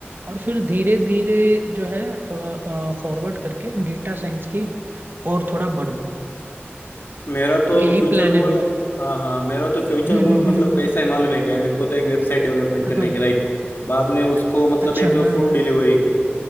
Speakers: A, on the right; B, on the left.
A: और फिर धीरे धीरे जो है थोड़ा फॉरवर्ड करके डेटा साइंस की और थोड़ा बढ़ूँ
B: मेरा तो
A: तो यही
B: फ्यूचर
A: प्लान
B: गोल
A: है
B: हाँ हाँ मेरा तो फ्यूचर
A: हम्म
B: गोल
A: हम्म
B: मतलब
A: हम्म, हम्म।
B: कैसा है मालूम है क्या मेरे को तो एक वेबसाइट डेवलपमेंट
A: हाँ
B: करने की राइट बाद में उसको मतलब
A: अच्छा
B: एक
A: हाँ
B: फूड
A: हाँ
B: डिलीवरी की